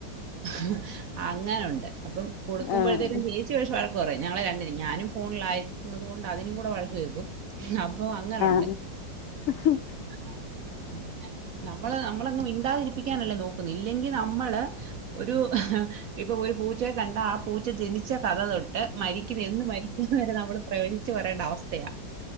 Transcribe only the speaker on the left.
ആഹ്
ഉം <unintelligible>